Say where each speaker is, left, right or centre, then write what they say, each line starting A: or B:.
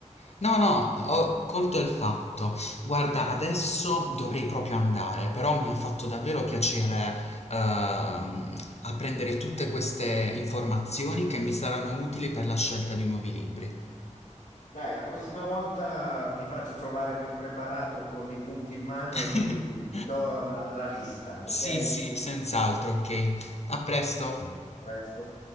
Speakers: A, on the left; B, on the left.
A: No, no, ho colto il fatto. Guarda, adesso dovrei proprio andare, però mi ha fatto davvero piacere ehm, apprendere tutte queste informazioni che mi saranno utili per la scelta di nuovi libri.
B: dai, la prossima volta mi faccio trovare più preparato con l'ebook in mano
A: <laughs>
B: e ti, ti do la la lista,
A: Sì,
B: ok?
A: sì, senz'altro, ok. A presto.
B: A Presto.